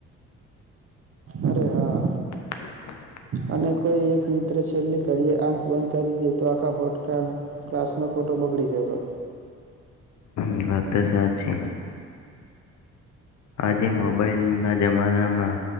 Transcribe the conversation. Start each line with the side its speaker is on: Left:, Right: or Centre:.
Right: અરે હા.
Left: <unintelligible>
Right: અને કોઈ એક મિત્ર છેલ્લી ઘડીએ આંખ બંધ કરી દે. તો આખા ફોટાનું ક્લાસનો ખોટો બગડી જતો.
Left: હ વાત તો સાચી, આજે મોબાઈલના જમાનામાં